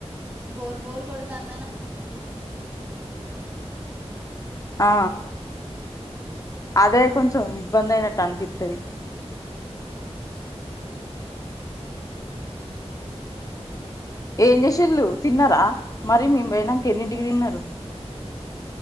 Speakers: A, on the right; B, on the left.
A: బోర్ బోర్ కొడుతాంది అనన్
B: ఆ అదే కొంచెం ఇబ్బంది అయినట్టు అనిపిత్తది
A: మ్
B: ఏం చేసిళ్ళు తిన్నారా మరి మేం పోయినంక ఎన్నింటికి తిన్నారు?